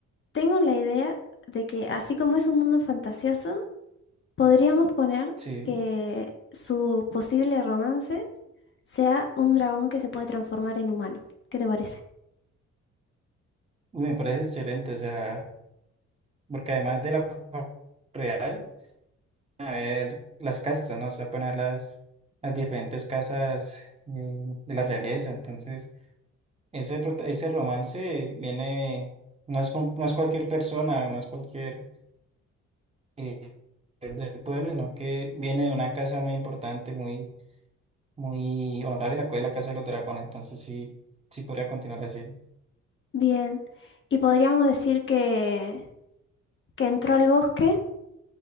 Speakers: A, on the left; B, on the right.
A: tengo la idea de que así como es un mundo fantasioso, podríamos poner
B: sí,
A: que su posible romance sea un dragón que se puede transformar en humano. ¿Qué te parece?
B: Uy, me parece excelente, o sea, porque además de la fa- real, a ver las castas, ¿no? O sea, poner las, las diferentes casas eh, de la realeza, entonces... Ese, prota- ese romance viene, no es, con- no es cualquier persona, no es cualquier eh, ser del pueblo, sino que viene de una casa muy importante, muy, muy honorable, la cual es la Casa de los Dragones. Entonces sí, sí podría continuar así.
A: Bien. Y podríamos decir que, que entró al bosque